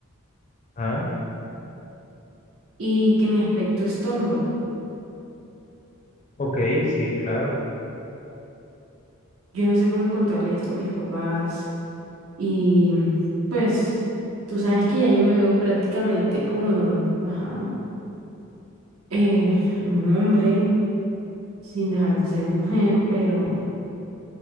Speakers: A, on the left; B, on the right.
A: Ah,
B: y que mi aspecto es tomboy.
A: ok, sí, claro.
B: Yo no sé cómo contarle esto a mis papás. Y pues tú sabes que ya yo me veo prácticamente como, ajá, eh, un hombre sin dejar de ser mujer, pero,